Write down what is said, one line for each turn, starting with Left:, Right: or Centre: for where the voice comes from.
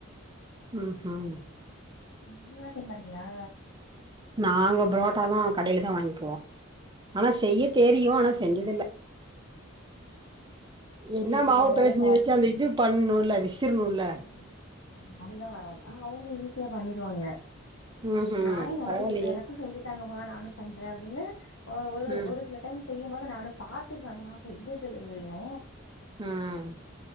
Right: உம்ம்
Left: நீங்ளா செய்ய மாட்டீங்ளா
Right: நாங்க புரோட்டானா கடையில தா வாங்கிப்வோ ஆனா செய்ய தெரியு ஆனா செஞ்சதில்ல
Left: செய்யறதுக்கு
Right: என்ன மாவு
Left: அதனால
Right: பேசெஞ்சு
Left: சாப்
Right: வெச்சு அந்த இது பண்ணுல விஸ்ஸுருணுல
Left: ஆமா அது அதுதா வராது ஆனா அவுங்க ஈஸியா பண்ணிடுவாங்க
Right: ம் ம்
Left: நானு எங்க அம்மாட்ட
Right: பரவாயில்லையே
Left: கேப்ப எனக்கு சொல்லி தாங்கமா நானு பண்ற அப்டின்னு ஆ ஓ ஒரு
Right: ம்
Left: ஒரு சில டைம் செய்யும் போது நானு பாத்துருக்க ஆனா நா செஞ்சதில்ல இதுவரயு
Right: ம்